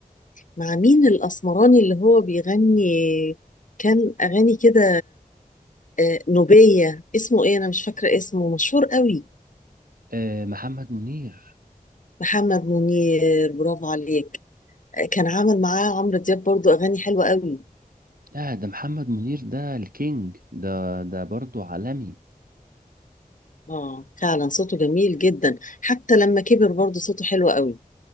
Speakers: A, on the left; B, on the right.
A: مع مين الأسمراني اللي هو بيغني كان أغاني كده آه، نوبية اسمه إيه أنا مش فاكرة اسمه مشهور قوي
B: آه، محمد منير
A: محمد منير برافو عليك آه، كان عامل معاه عمرو دياب برضو أغاني حلوة قوي
B: لا ده محمد منير ده الكينج ده ده برضه عالمي
A: آه فعلا صوته جميل جدا حتى لما كبر برضو صوته حلو قوي